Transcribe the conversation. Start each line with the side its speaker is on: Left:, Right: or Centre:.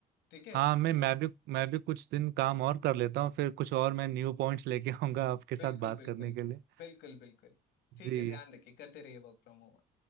Left: ठीक है
Right: हाँ मैं मैं भी मैं भी कुछ दिन काम और कर लेता हूँ फिर कुछ और मैं न्यू पॉइंट्स लेके <laughs> आऊंगा आपके साथ
Left: बिल्कुल
Right: बात
Left: बिल्कुल
Right: करने के लिए
Left: बिल्कुल बिल्कुल ठीक
Right: जी
Left: है ध्यान रखिए करते रहिए वर्क फ्रॉम होम